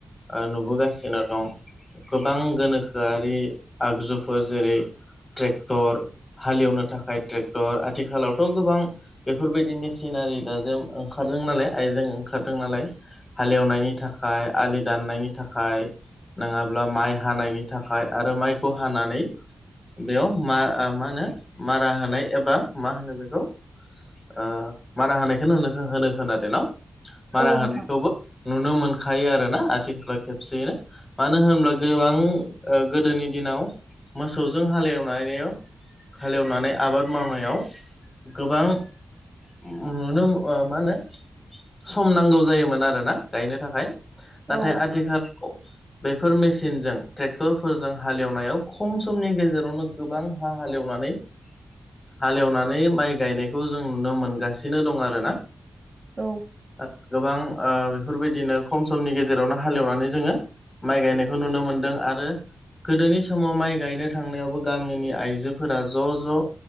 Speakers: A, on the left; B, on the right.
A: ओ नुबोगासिनो दं गोबां गोनोखोआरि आगजुफोर जेरै ट्रेक्टर हालेवनो थाखाय ट्रेक्टर आथिखालावथ' गोबां बेफोरबायदि मिसिनारि दाजेम ओंखारदों नालाय आइजें ओंखारदों नालाय हालेवनायनि थाखाय आलि दाननायनि थाखाय नङाब्ला माइ हानायनि नि थाखाय आरो माइखौ हानानै बेयाव मा मा होनो मारा होनाय एबा मा होनो बेखौ ओ मारा होनायखौ होन होनो खोना द न' मारा
B: औ
A: होनायखौबो
B: नोंथां
A: नुनो मोनखायो आरो ना एखमबा खेबसेयनो मानो होनब्ला गोबां ओ गोदोनि दिनाव मोसौजों हालेवनायाव हालेवनानै आबाद मावनायाव गोबां नुनो ओ मा होनो सम नांगौ जायोमोन आरो ना गायनो थाखाय
B: औ
A: नाथाय आथिखालाव बेफोर मेसिनजों ट्रेक्टरफोरजों हालेवनायाव खम समनि गेजेरावनो गोबां हा हालेवनानै हालेवनानै माइ गायनायखौ जों नुनो मोनगासिनो दं आरो ना
B: औ
A: ओ गोबां ओ बेफोरबायदिनो खम समनि गेजेरावनो हालेवनानै जोङो माइ गायनायखौ नुनो मोनदों आरो गोदोनि समाव माइ गायनो थांनायावबो गामिनि आइजोफोरा ज' ज'